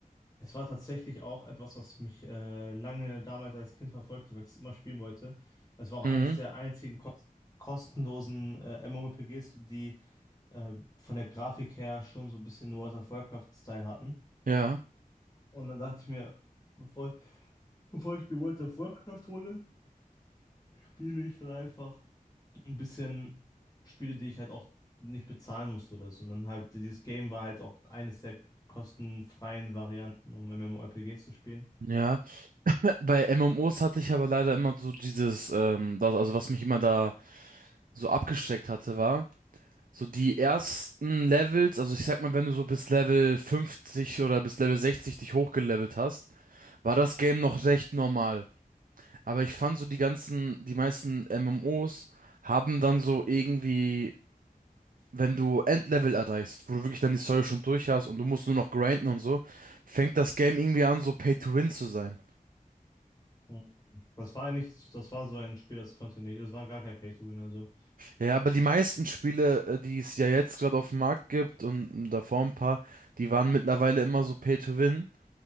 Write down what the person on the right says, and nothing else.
Mhm.
Ja.
Ja. Bei MMOs hatte ich aber leider immer so dieses, ähm, das, also was mich immer da so abgeschreckt hatte, war. So die ersten Levels, also ich sag mal, wenn du so bis Level 50 oder bis Level 60 dich hochgelevelt hast, war das Game noch recht normal. Aber ich fand so die ganzen, die meisten MMOs haben dann so irgendwie, wenn du Endlevel erreichst, wo du wirklich dann die Story schon durch hast und du musst nur noch grinden und so, fängt das Game irgendwie an, so Pay to Win zu sein.
Ja, aber die meisten Spiele, äh, die es ja jetzt gerade auf dem Markt gibt und davor ein paar, die waren mittlerweile immer so Pay to Win.